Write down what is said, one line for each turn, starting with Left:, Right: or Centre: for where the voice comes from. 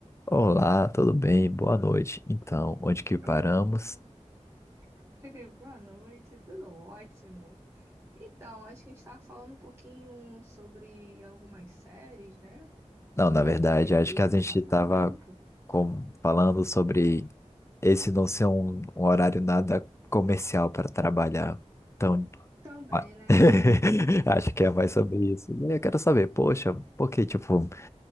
Left: Olá, tudo bem? Boa noite. Então, onde que paramos?
Right: Olá, <laughs> boa noite, tudo ótimo. Então, acho que a gente estava falando um pouquinho sobre algumas séries, né?
Left: Não, na verdade,
Right: Que a gente
Left: acho
Right: usa
Left: que a gente
Right: para passar
Left: estava
Right: o tempo.
Left: falando sobre esse não ser um, um horário nada comercial para trabalhar. Então,
Right: Também,
Left: a-
Right: né?
Left: <laughs> acho que é mais sobre isso. Eu quero saber, poxa, por que, tipo,